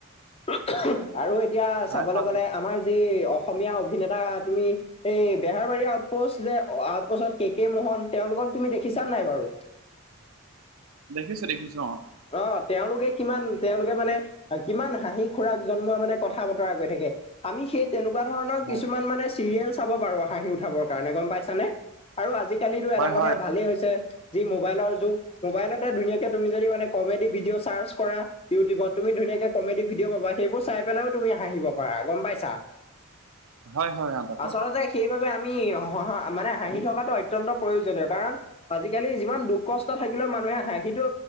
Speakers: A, on the left (about 25°); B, on the right (about 70°).
A: আৰু এতিয়া
B: হয়
A: চাবলৈ
B: হয়
A: গ'লে আমাৰ যি অসমীয়া অভিনেতা, তুমি এই বেহাৰবাৰী যে, আউচতপোচত কে কে, মোহন তেওঁলোকক তুমি দেখিছাঁ নাই বাৰু
B: দেখিছোঁ, দেখিছোঁ অ'।
A: অ', তেওঁলোকে কিমান তেওঁলোকে মানে কিমান হাঁহি খুৰাক জন্মোৱা মানে, কথা বতৰা কৈ থাকে। আমি সেই তেনেকুৱা ধৰণৰ কিছুমান
B: অ
A: মানে, চিৰিয়েল চাব পাৰো। হাঁহি উঠাবৰ কাৰণে গম পাইছানে, আৰু আজিকালিটো
B: হয়
A: এটা কথা
B: হয়
A: ভালেই হৈছে যি মোবাইলৰ যুগ, মোবাইলতে ধুনীয়াকে তুমি যদি মানে কমেডি ভিডিঅ' চাৰ্চ কৰা ইউটিউবত, তুমি ধুনীয়াকে কমেডি ভিডিঅ' পাবা, সেইবোৰ চাই পিনেও তুমি হাঁহিব পাৰা গম পাইছা।
B: হয়, হয়, অ', তাকে।
A: আচলতে সেইবাবে আমি হঁহা মানে, হাঁহি থকাটো অত্যন্ত প্ৰয়োজনীয় কাৰণ আজিকালি যিমান দুখ কষ্ট থাকিলেও মানুহে হাঁহিটো